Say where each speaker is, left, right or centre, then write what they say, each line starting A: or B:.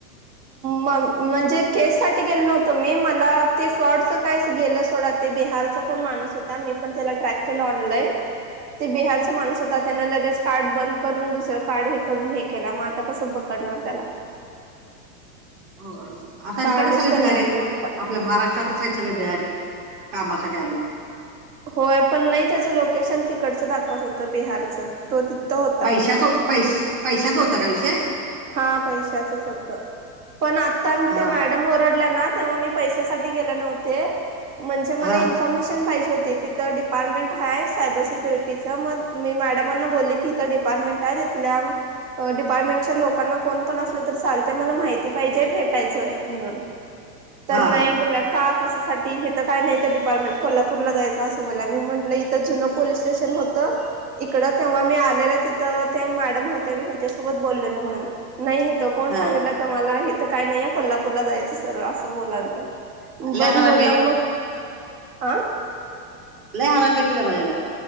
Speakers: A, on the right (about 70°); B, on the right (about 45°).
A: म म्हणजे केससाठीठी गेल नव्हतं मी मला ते फ्रॉडचं काय गेलं सोडा ते बिहारचं माणूस होता मी पण त्याला ट्रॅक केला ऑनलाईन
B: <inaudible>
A: ते बिहारचा माणूस होता त्यांना लगेच कार्ड बंद करून दुसरं कार्ड हे करून हे केला मात आता कसं बकडणार त्याला
B: हो आता
A: कार्डच
B: इकडेच सगळे
A: त्यांना
B: बिहारी आहेत
A: मोडून टाक
B: आपल्या महाराष्ट्रातच आहेत सगळे बिहारीे कामासाठी आलेले
A: होय पण नाही त्याचं लोकेशन तिकडचं दाखवत होतं बिहारच तो होता
B: पैशाच पै पैशाच होतं का विषय
A: हा पैशाचच होतं पण आता
B: हा
A: ते मॅडम ओरडल्या ना तेव्हा मी पैशासाठी गेले नव्हते म्हणजे मला
B: हा
A: इन्फॉर्मेशन पाहिजे हो तिथं डिपार्टमेंट ह आहे सायबर सिक्युरिटीचं मग मी मॅडमांना बोलले कि इथं डिपार्टमेंट आहे <inaudible> लोकांना कोण पण असले तर चालते मला माहिती पाहिजे भेटायचंय म्हण तर
B: हा
A: नाही
B: हा
A: बोलला का कशासाठी हे तर काय नाही त्या डिपार्टमेंट कोल्हापूरला जायचं असं बोला म्हटलं इथ जु पोलीस स्टेशन होत तकडं तेव्हा मी आलेलं तिथं ते मॅडम होते मी त्यांच्यासोबत बोललेलं म्हणून नाहीथं कोण
B: हा
A: सांगितलं तर मला इथं काय नाहीये कोल्हापूरला जायचं सरळ असं बोलाल त्या
B: लय
A: बरं
B: हरामी
A: मुलं मग हा
B: लय हारण भेटलं बायला